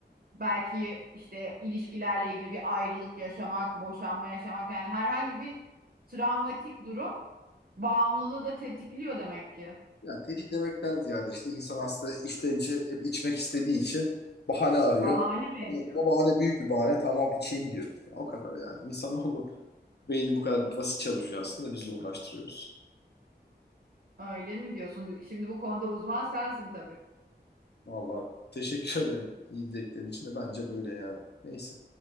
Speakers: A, on the right; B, on the left.
A: belki işte ilişkilerle ilgili bir ayrılık yaşamak, boşanma yaşamak yani herhangi bir travmatik durum bağımlılığı da tetikliyor demek ki.
B: Ya tetiklemekten ziyade işte insan aslında içten içe hep içmek istediği için bahane arıyor.
A: Bahane mi ediyor?
B: Ama Bu bahane büyük bir bahane tamam içeyim diyor. Ya o kadar yani. İnsanoğlu beyni bu kadar basit çalışıyor aslında biz zorlaştırıyoruz.
A: Öyle mi diyorsun? Şimdi bu konuda uzman sensin tabii.
B: Vallahi teşekkür ederim iyi dileklerin için de bence böyle yani. Neyse.